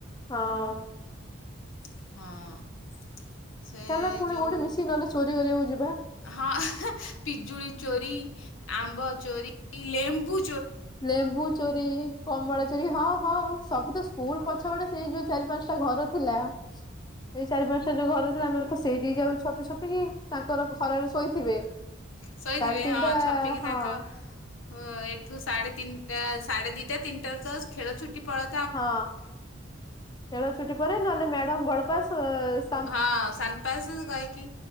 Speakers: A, on the left; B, on the left.
A: ହଁ।
B: ହଁ। ସେ
A: ଚାଲ ପୁଣି
B: ଯୋଉ
A: କୋଉଠେ ମିଶିକି ନହେଲେ ଚୋରି କରିଆକୁ ଯିବ୍
B: ହଁ ପିଜୁଳି ଚୋରି ଆମ୍ବ ଚୋରି-ଲେମ୍ବୁ
A: ଲେମ୍ବୁ ଚୋରି କମଳା ଚୋରି ହଁ ହଁ ସବୁ ତ ସ୍କୁଲ୍
B: ହଁ
A: ପଛପଟେ ସେଇ ଯୋଉ ଚାରି ପାଞ୍ଚ୍ ଟା ଘର ଥିଲା, ସେଇ ଚାରି ପାଞ୍ଚ୍ ଟା ଯୋଉ ଘର ଥିଲା ଆମେ ତ ସେଇଠିକି ଯାଉ ଛପି ଛପିକି ତାଙ୍କର ଖରାରେ ଶୋଇଥିବେ
B: ଶୋଇଥିବେ
A: ସାଢେ ତିନିଟା
B: ହଁ ଛପିକି
A: ହଁ
B: ତାଙ୍କ ହଁ ଏଠୁ ସାଢେତିନଟା ସାଢେଦିଇଟା ତିନଟା ତ ଖେଳଛୁଟି ପଳ
A: ହଁ ଖେଳ ଛୁଟି ପରେ ନହେଲେ ମ୍ୟାଡାମ ବଡପାସ୍ ସ
B: ହଁ ସାନ୍ ପାସ୍ କହିକି